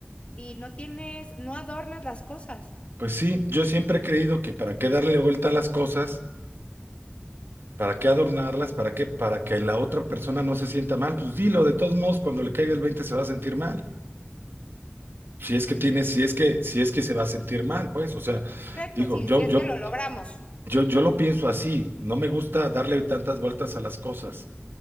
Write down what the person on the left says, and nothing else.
y no tienes, no adornas las cosas.
Correcto,
sí,
sí es
que lo logramos.